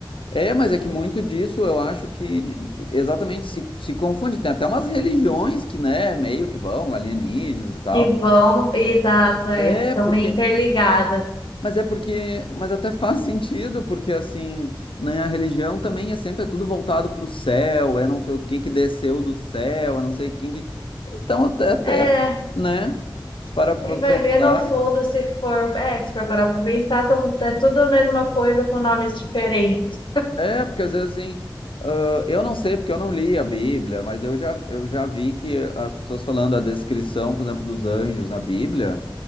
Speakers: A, on the left; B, on the left.
A: É, mas é que muito disso eu acho que de- exatamente se, se confunde. Tem até umas religiões que, né, meio que vão, alienígenas e tal.
B: que vão, exato, é,
A: É,
B: estão
A: porque.
B: meio interligadas.
A: Mas é porque. Mas até <laughs> faz sentido, porque assim, né, a religião também é sempre é tudo voltado pro céu, é não sei o que que desceu do céu, é não sei quem que. Então até, até
B: É,
A: né? Se parar pra
B: e vai
A: pensar.
B: ver no fundo se for, é, se for parar para pensar, tão, é tudo a mesma coisa com nomes diferentes.
A: É, porque às vezes assim, ah, eu não sei porque eu não li a Bíblia, mas eu já, eu já vi que as pessoas falando a descrição, por exemplo, dos anjos na Bíblia,